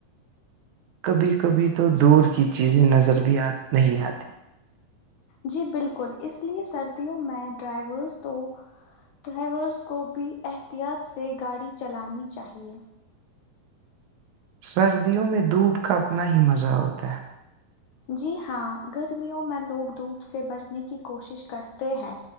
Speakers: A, on the right; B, on the left.
A: کبھی کبھی تو دور کی چیزیں نظر بھی آ نہیں آتی
B: جی بالکل اس لیے سردیوں میں ڈرائیورس تو ڈرائیورس کو بھی احتیاط سے گاڑی چلانی چاہیے
A: سردیوں میں دھوپ کا اپنا ہی مزہ ہوتا ہے
B: جی ہاں گرمیوں میں لوگ دھوپ سے بچنے کی کوشش کرتے ہیں